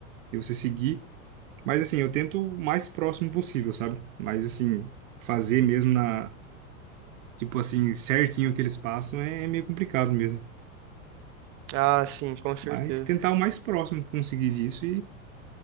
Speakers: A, on the right; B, on the right.
A: de você seguir. Mas assim, eu tento o mais próximo possível, sabe? Mas assim, fazer mesmo na. Tipo assim, certinho o que eles passam é, é meio complicado mesmo.
B: Ah, sim, com certeza.
A: Mas tentar o mais próximo que conseguir disso